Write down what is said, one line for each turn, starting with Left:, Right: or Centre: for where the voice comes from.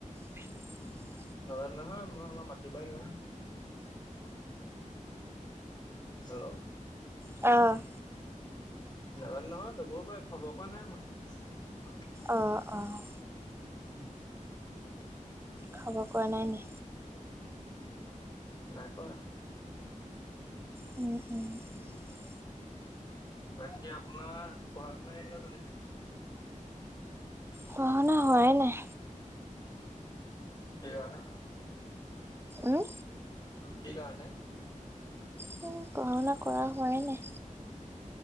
Right: <unintelligible>
Left: নাজানো নহয় মই আমাৰ মাতিবাই নহ হেল্ল',
Right: অ',
Left: নাজানো নহয় দবও পাৰে খবৰ পৰাৱা নাই মই
Right: অ', অ',
Left: উম।
Right: খাব পৰা নাই নি
Left: নাই কৰা
Right: উ <unintelligible>
Left: বাকী আপোনাৰ পঢ়া শুনা কেনেকুৱা চলিছে
Right: পঢ়া শুনা হোৱাই নাই
Left: কি কাৰণে
Right: আহ
Left: কি, কাৰণে
Right: পঢ়া শুনা কৰা হয়নে